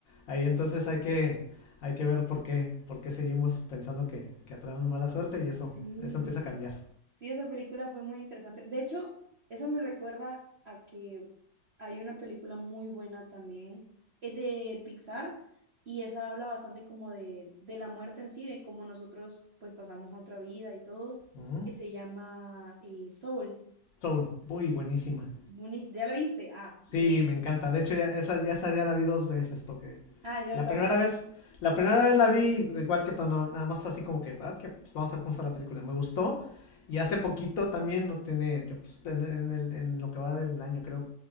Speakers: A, on the left; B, on the right.
A: Ahí entonces hay que, hay que ver por qué, por qué seguimos pensando que, que atraemos mala suerte y eso,
B: Sí,
A: eso empieza a cambiar.
B: sí, esa película fue muy interesante. De hecho, eso me recuerda a que hay una película muy buena también, es de Pixar y esa habla bastante como de, de la muerte en sí, de cómo nosotros pues pasamos a otra vida y todo,
A: Ujú.
B: que se llama eh, Soul.
A: Soul, muy buenísima.
B: Buenis- ¿Ya la viste? Ah,
A: Sí,
B: muy.
A: me encanta. De hecho, ya, esa, ya esa ya la vi dos veces porque
B: Ah, yo
A: la
B: también.
A: primera vez, la primera vez la vi igual que Tono, nada más así como que, ah, que pues, vamos a ver cómo está la película. Me gustó. Y hace poquito también, no tiene, que, pues, en, en, el- en lo que va del año creo,